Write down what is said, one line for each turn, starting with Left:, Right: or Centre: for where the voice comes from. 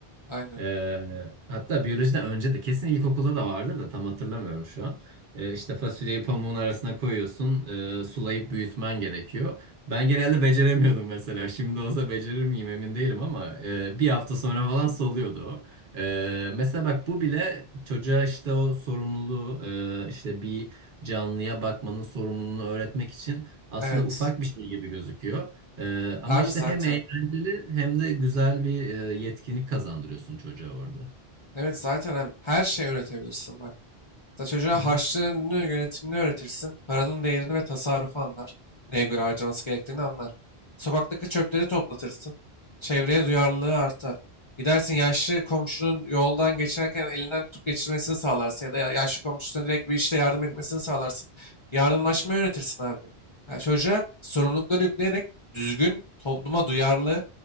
Left: Aynen.
Right: Ee, hatta biyolojiden önce de kesin ilkokulda da vardır da tam hatırlamıyorum şu an. Ee, işte fasulyeyi pamuğun arasına koyuyorsun, e, sulayıp büyütmen gerekiyor. Ben genelde beceremiyordum mesela. Şimdi olsa becerir miyim emin değilim ama e, bir hafta sonra falan soluyordu o. Ee, mesela bak bu bile çocuğa işte o sorumluluğu, e, işte bir canlıya bakmanın sorumluluğunu öğretmek için aslında
Left: Evet.
Right: ufak bir şey gibi gözüküyor. Ee, ama
Left: Abi
Right: işte
Left: zaten.
Right: hem eğlenceli hem de güzel bir e, yetkinlik kazandırıyorsun çocuğa orada.
Left: Evet zaten abi her şey üretebilirsin bak. Mesela çocuğa
Right: Hı
Left: harçlığını
Right: hı.
Left: yönetimini öğretirsin. Paranın değerini ve tasarrufu anlar. Neye göre harcaması gerektiğini anlar. Sokaktaki çöpleri toplatırsın. Çevreye duyarlılığı artar. Gidersin yaşlı komşunun yoldan geçerken elinden tutup geçirmesini sağlarsın ya da ya- yaşlı komşusuna direkt bir işte yardım etmesini sağlarsın. Yardımlaşmayı öğretirsin abi. Yani çocuğa sorumlulukları yükleyerek düzgün, topluma duyarlı,